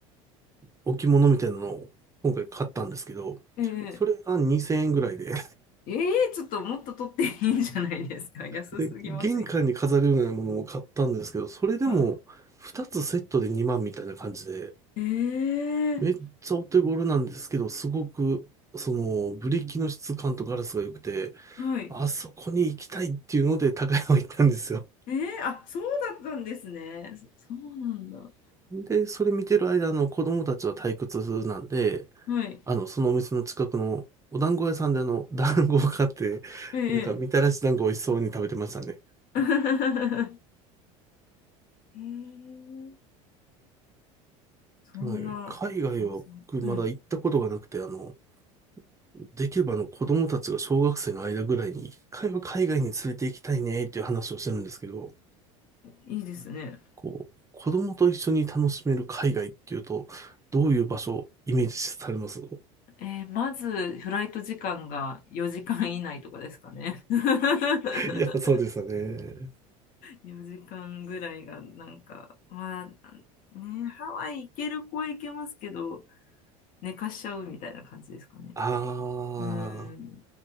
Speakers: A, on the right; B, on the left.
A: 置物みたいなのを今回買ったんですけど、
B: えー、
A: それが2000円ぐらいで、
B: えー、ちょっともっと取っていいんじゃないですか。<laughs> 安すぎませんか。
A: で、玄関に飾るようなものを買ったんですけど、それでも2つセットで2万みたいな感じで、
B: はい、えー、
A: めっちゃお手頃なんですけど、すごく、その、ブリキの質感とガラスが良くて、
B: はい。
A: あそこに行きたいっていうので高山行ったんですよ。
B: えー、あ、そうだったんですね。そそうなんだ。
A: で、それ見てる間、あの、子供たちは退屈なんで、
B: はい。
A: あの、そのお店の近くのお団子屋さんであの、団子を買って、
B: えー、
A: なんかみたらし団子美味しそうに食べてましたね。
B: えー <laughs> えーそんな、
A: はい。海外は僕まだ行ったことがなくて、
B: うん、
A: あの、できればあの子供たちが小学生の間ぐらいに一回は海外に連れて行きたいねっていう話をしてるんですけど、
B: いいですね。
A: こう、子供と一緒に楽しめる海外っていうと、どういう場所をイメージされます <laughs>
B: えーまず、フライト時間が4時間以内とかですかね。<laughs>
A: やっぱそうですよね。
B: 4時間ぐらいが、なんか、まあ、ね、ハワイ行ける子は行けますけど、寝かしちゃうみたいな感じですかね。
A: ああ。
B: うん。